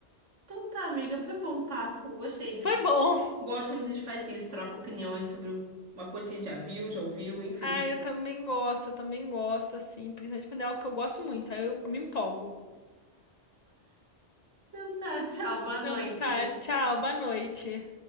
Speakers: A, on the right; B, on the left.
A: Então tá, amiga, foi bom o papo. Gostei.
B: foi bom.
A: Gosto quando a gente faz isso, troca opiniões sobre uma coisa que a gente já viu, já ouviu, enfim.
B: Ah, eu também gosto, eu também gosto, assim, principalmente quando é algo que eu gosto muito, aí eu me empolgo.
A: Então tá, tchau, boa
B: Então
A: noite.
B: tá, tchau, boa noite.